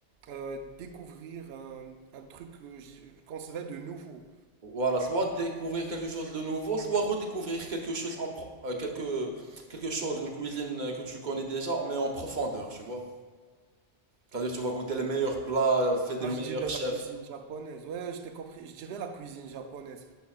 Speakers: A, on the right; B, on the right.
A: Euh, découvrir un, un truc que je qu'on de nouveau.
B: Voilà, soit découvrir quelque chose de nouveau, soit redécouvrir quelque chose en pro- euh, quelque quelque chose, une cuisine euh, que tu connais déjà, mais en profondeur, tu vois. C'est-à-dire tu vas goûter les meilleurs plats euh, faits des
A: Ah,
B: meilleurs
A: je dirais
B: chefs
A: la cuisine japonaise. Ouais, je t'ai compris. Je dirais la cuisine japonaise.